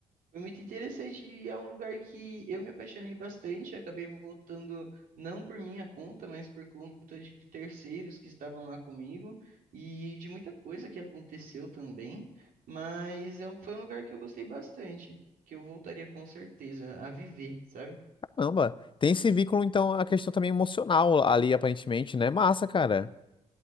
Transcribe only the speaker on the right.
foi muito interessante e é um lugar que eu me apaixonei bastante, acabei voltando não por minha conta, mas por conta de terceiros que estavam lá comigo e de muita coisa que aconteceu também, mas é um- foi um lugar que eu gostei bastante, que eu voltaria com certeza a viver, sabe?